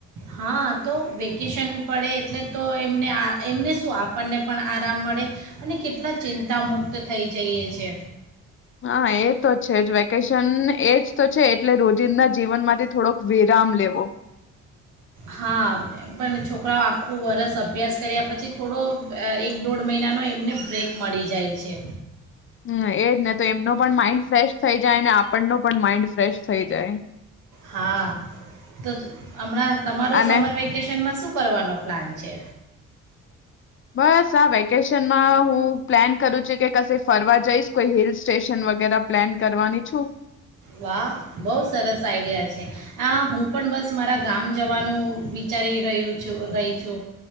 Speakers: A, on the right; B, on the left.
A: હા તો વેકેશન પડે એટલે તો એમને આ એમને શું આપણને પણ આરામ મળે અને કેટલા ચિંતા મુુક્ત થઈ જઈએ છે
B: હા એ તો છે જ વેકેશન એજ તો છે એટલે રોજિંદા જીવનમાંથી થોડોક વિરામ લેવો
A: હા પણ છોકરાઓ આખું વર્ષ અભ્યાસ કર્યા પછી થોડો એક દોઢ મહિનાનો એમને બ્રેક મળી જાય છે
B: હમ્મ એજ ને તો એમનો પણ માઇન્ડ ફ્રેશ થઈ જાય ને આપણનો પણ માઇન્ડ ફ્રેશ થઈ જાય
A: હા તો હમણાં તમારો
B: અને
A: સમર વેકેશન માં શું શું કરવાનો પ્લાન છે
B: બસ આ વેકેશનમાં હું પ્લાન કરું છે કે કશે ફરવા જઈશ કોઈ હિલ સ્ટેશન વગેરે પ્લાન કરવાની છું
A: વા બહુ સરસ આઈડિયા છે આ હું પણ બસ મારા ગામ જવાનું વિચારી રહ્યું છું રહી છું